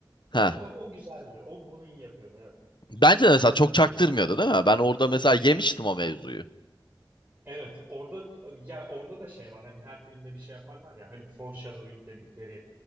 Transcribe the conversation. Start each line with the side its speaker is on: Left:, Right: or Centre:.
Left: ha
Right: o, o güzeldi. O bunu iyi yapıyordu. Evet.
Left: bence de mesela çok çaktırmıyordu değil mi? Ben orada mesela yemiştim o mevzuyu.
Right: Evet, orada ya orada da şey var. Hani her filmde bir şey yaparlar ya. Hani foreshadowing dedikleri